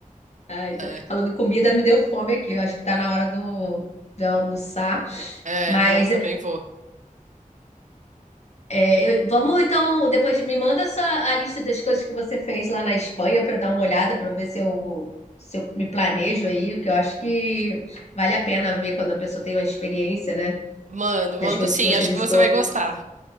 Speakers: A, on the left (about 50°); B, on the right (about 60°).
A: Ai, tá-
B: é,
A: falando em comida, me deu fome aqui. Eu acho que tá na hora do, de almoçar.
B: é,
A: Mas
B: não, também vou.
A: É, eu- vamos então, depois me manda essa, a lista das coisas que você fez lá na Espanha para eu dar uma olhada, para ver se eu, se eu me planejo aí, porque eu acho que vale a pena ver quando a pessoa tem uma experiência, né,
B: Mando,
A: das
B: mando
A: coisas
B: sim,
A: que você
B: acho
A: visitou.
B: que você vai gostar.